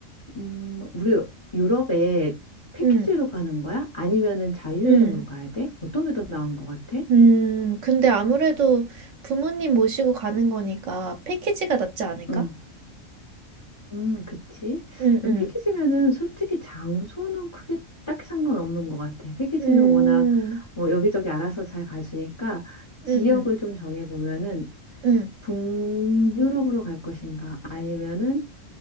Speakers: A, on the left; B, on the right.
A: 음, 우리 유럽에 패키지로
B: 음,
A: 가는 거야? 아니면은 자유여행으로
B: 음,
A: 가야 돼? 어떤 게 더 나은 것 같아?
B: 음, 근데 아무래도 부모님 모시고 가는 거니까 패키지가 낫지 않을까?
A: 음, 음, 그치?
B: 음,
A: 음,
B: 음,
A: 패키지면은 솔직히 장소는 크게 딱히 상관없는 것 같아. 패키지는
B: 음,
A: 워낙 뭐 여기저기 알아서 잘 가주니까 지역을
B: 음, 음,
A: 좀 정해보면은
B: 음,
A: 북유럽으로 갈 것인가? 아니면은